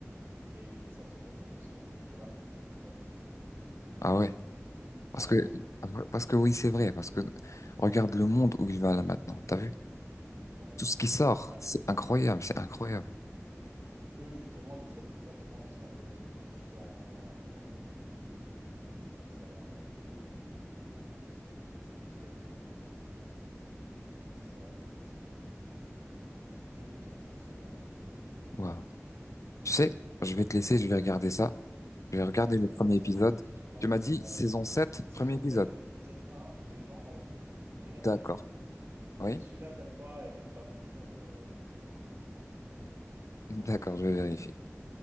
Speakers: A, on the right; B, on the left.
A: et ça te retourne le cerveau. Tu regardes l'épisode, t'es pas bien.
B: ah ouais.
A: Ah
B: Parce
A: ouais,
B: que,
A: ouais,
B: parce que oui, c'est vrai. Parce que regarde le monde où il va là maintenant. T'as vu?
A: ouais.
B: Tout ce qui sort,
A: Bah,
B: c'est incroyable, c'est incroyable.
A: eux, justement, ils traitent exactement de ça, de la technologie dans, dans, dans nos, dans nos vies, comment ça va impacter et, et les limites de ça. Et c'est très, très intéressant comment c'est comment c'est amené parce que c'est déroutant, c'est très bien fait.
B: Waouh. Tu sais, je vais te laisser, je vais regarder ça. Je vais regarder
A: Bah vas-y,
B: le
A: regarde
B: premier épisode.
A: ça tout de suite et tu me rappelles.
B: Tu m'as dit
A: Ouais,
B: saison
A: ouais.
B: 7,
A: Saison
B: premier épisode.
A: 7 épisode un des gens ordinaires. Regarde
B: D'accord.
A: celui-là.
B: Oui?
A: Si celui-là t'aimes pas et t'aimes pas le délire, euh, je comprends pas.
B: <laughs> D'accord, je vais vérifier.